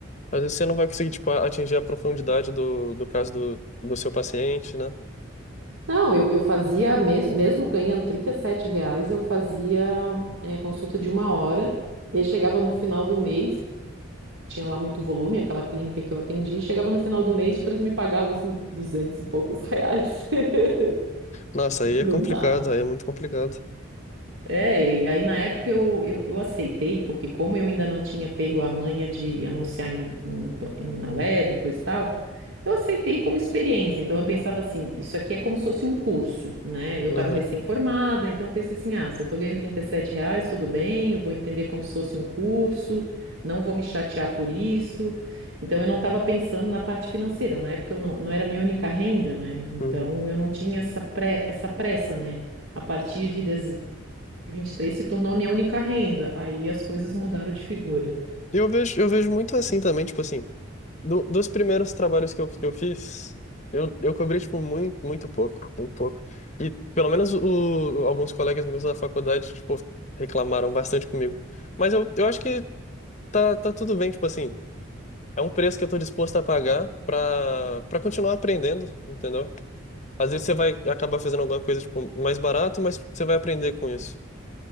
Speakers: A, on the left; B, on the right.
A: às vezes você não vai conseguir, tipo, atingir a profundidade do, do caso do, do seu paciente, né?
B: Não, eu, eu fazia, mesmo, mesmo ganhando 37 reais, eu fazia eh, consulta de uma hora, e aí chegava no final do mês, tinha lá muito volume, aquela clínica que eu atendi, chegava no final do mês, tipo, eles me pagavam, assim, duzentos e poucos reais. <laughs>
A: Nossa, aí é
B: Não
A: complicado,
B: dava.
A: aí é muito complicado.
B: É, e aí na época eu, eu, eu aceitei, porque como eu ainda não tinha pego a manha de anunciar em, em pla- em- na web, coisa e tal, Eu aceitei como experiência, então eu
A: Uhum.
B: pensava assim, isso aqui é como se fosse um curso, né? Eu
A: Uhum.
B: estava recém-formada, então eu pensei assim, ah, se eu estou ganhando 37 reais, tudo bem, eu vou entender como se fosse um curso, não vou me chatear por isso. Então eu não estava pensando na parte financeira, na época eu não, não era minha única renda, né? Então
A: Uhum.
B: eu não tinha essa, pre- essa pressa, né? A partir de 2023 se tornou a minha única renda, aí as coisas mudaram de figura.
A: E Eu vejo, eu vejo muito assim também, tipo assim. Do- dos primeiros trabalhos que eu, que eu fiz, eu, eu cobri, tipo, muito, muito pouco, muito pouco. E pelo menos o, alguns colegas meus da faculdade, tipo, reclamaram bastante comigo. Mas eu, eu acho que tá, tá tudo bem, tipo assim, é um preço que eu tô disposto a pagar pra, pra continuar aprendendo, entendeu? Às vezes você vai acabar fazendo alguma coisa, tipo, mais barato, mas você vai aprender com isso.